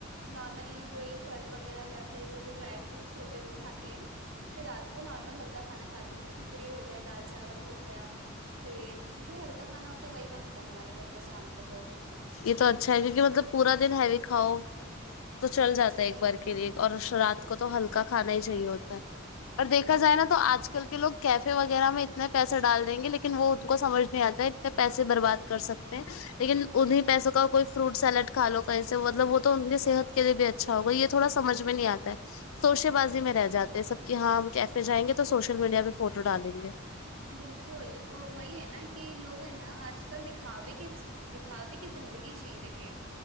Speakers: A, on the right (about 80°); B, on the left (about 80°).
A: نارملی وہی پھل وغیرہ یا پھر جو بھی ڈرائی فروٹس ہو گئے وہ کھاتے ہیں پھر رات کو نارمل ہلکا کھانا کھاتے ہیں جیسے کھچڑی ہو گیا دال چاول ہو گیا پھر جو ہلکا کھانا ہوتا ہے وہی بنتا ہے ہمارے گھر پہ شام کو تو
B: یہ تو اچھا ہے کیونکہ مطلب پورا دن ہے ہی کھاؤ تو چل جاتا
A: جی
B: ہے ایک بار کے لیے اور رات
A: بالکل
B: کو تو ہلکا کھانا ہی چاہیے ہوتا ہے اور دیکھا
A: بالکل
B: جائے نا تو آج کل کے لوگ کیفے وغیرہ میں اتنے پیسے ڈال دیں گے لیکن وہ ان کو سمجھ نہیں آتا ہے اتنے پیسے برباد کر سکتے ہیں لیکن انہیں پیسوں کا کوئی فروٹ سیلیڈ کا لو کہیں سے مطلب وہ تو ان کی صحت کے لی بھی اچھا ہوگا یہ تو تھوڑا سمجھ میں نہیں آتا ہے سوشے بازی میں رہ جاتے ہیں سب کہ ہاں ہم کیفے جائیں گے تو سوشل میڈیا پہ فوٹو ڈالیں گے
A: بالکل وہ وہی ہے نا کہ لوگ ہیں نا آج کل دکھاوے ک دیکھاوے کہ زندگی جی رہی ہے